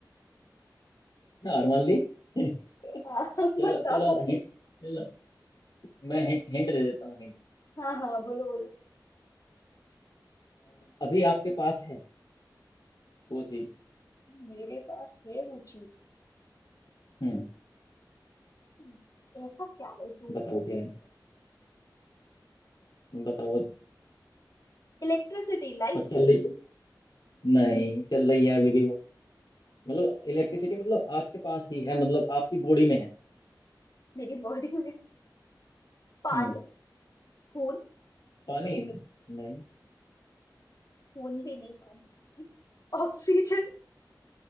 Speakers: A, on the left (about 75°); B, on the left (about 55°).
A: हार मान ली <laughs>
B: हाँ <laughs>
A: चलो
B: बताओ
A: चलो हिंट चलो मैं हिंट, हिंट दे देता हूँ हिंट
B: हाँ हाँ बोलो बोलो
A: अभी आपके पास है वो चीज
B: मेरे पास है वो चीज
A: हम्म
B: हम्म, ऐसा क्या है जो
A: बताओ
B: मेरे पास
A: क्या है
B: है
A: बताओ
B: Electricity light
A: और चल रही नहीं चल रही है अभी भी वो मतलब इलेक्ट्रिसिटी मतलब आपके पास ही है मतलब आपकी बॉडी में है
B: मेरी बॉडी में पानी
A: हम्म
B: खून
A: पानी नहीं नहीं
B: खून भी नहीं पानी ऑक्सीजन